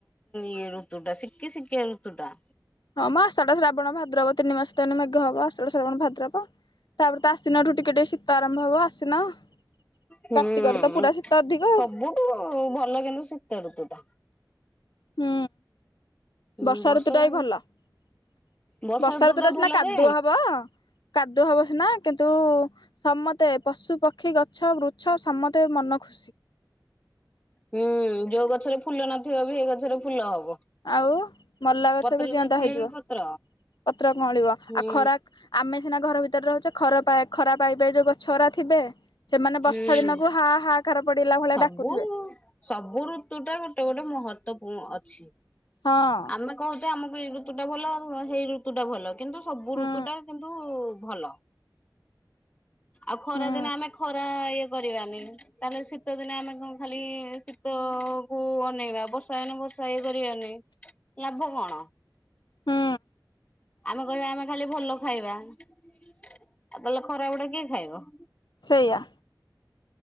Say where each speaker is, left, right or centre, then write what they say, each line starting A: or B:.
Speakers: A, on the left (about 15°); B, on the left (about 70°).
A: ଇଏ ଋତୁ ଟା ଶିକି ଶକିଆ ଋତ୍ ତୁ ଟା।
B: ହଁ ମ ଆଷାଢ଼, ଶ୍ରାବଣ, ଭାଦ୍ ଦ୍ରବ ତିନି ମାସ ତ ଏଇନା ମେଘ ହବ ଆଷାଢ, ଶ୍ରାବଣ, ଭାଦ୍ରବ ତାପରେ ତ ଆଶ୍ଵିନ ଠୁ ଟିକେ ଟିକେ ଶି ଶୀତ ଆରମ୍ଭ ହବ ଆଶ୍ଵିନ
A: ହୁଁ
B: କାର୍ତ୍ତିକରେ ତ ପୁରା ଶୀତ
A: ସବୁଠୁ
B: ଅଧିକ ଆଉ।
A: ଭଲ କିନ୍ତୁ ଶୀତ ଋତୁ ଟା।
B: ହୁଁ।
A: ହୁଁ
B: ବର୍ଷା
A: ବର୍ଷ
B: ଋତୁ ଟା
A: ଯାକ
B: ବି ଭଲବର୍ଷା
A: ବର୍ଷା
B: ଋତୁ ଟା
A: ଭଲ
B: ସିନା କାଦୁଅ
A: ଯେ
B: ହବ କାଦୁଅ ହବ ସିନା କିନ୍ତୁ ସମତେ ପଶୁ, ପକ୍ଷୀ, ଗଛ, ବୃଛ, ସମତେ ମନ <inaudible>
A: ହୁଁ ଯଉ ଗଛରେ ଫୁଲ ନଥିବ ବି ହେଇ ଗଛରେ ଫୁଲ ହବ।
B: ଆଉ ମଲା ଗଛ
A: ପତ୍ର
B: ବି ଜିଅନ୍ତା
A: ନଥିଲେ
B: ହେଇଯିବ।
A: ବି ପତ୍ର
B: ପତ୍ର କଅଁଳିବ
A: ହୁଁ
B: ଆଉ ଖରା ଆମେ ସିନା ଘର ଭିତରେ ରହୁଚେ ଖରା ପା ଖରା ପାଇ ପାଇ ଯଉ ଗଛରା ଥିବେ ସେମାନେ ବର୍ଷା
A: ହୁଁ।
B: ଦିନକୁ ହା ହା କାର ପଡିଲା ଭଳିଆ
A: ସବୁ-
B: ଡାକୁଥିବେ
A: ସବୁ ଋତୁ ଟା ଗୋଟେ ଗୋଟେ ମହତ୍ବ ପୂ- ଅଛି।
B: ହଁ।
A: ଆମେ କହୁଚେ ଆମକୁ ଏଇ ଋତୁ ଟା ଭଲ ଆଉ ହେଇ ଋତୁ ଟା ଭଲ କିନ୍ତୁ ସବୁ
B: ହୁଁ
A: ଋତୁଟା କିନ୍ତୁ ଭଲ। ଆଉ ଖରା
B: ହୁଁ
A: ଦିନେ ଆମେ ଖରା ଇଏ କରିବାନି ତାହେଲେ ଶୀତ ଦିନେ ଆମେ କଣ ଖାଲି ଶୀତ କୁ ଅନେଇବା ବର୍ଷା ଦିନେ ବର୍ଷା ଇଏ କରି ବା ନେହିଁ। ଲାଭ କଣ?
B: ହୁଁ।
A: ଆମେ କହିବା ଆମେ ଖାଲି ଭଲ ଖାଇବା ଆଉ ତାହେଲେ ଖରାପ ଉଡା କିଏ ଖାଇବ।
B: ସେଇଆ।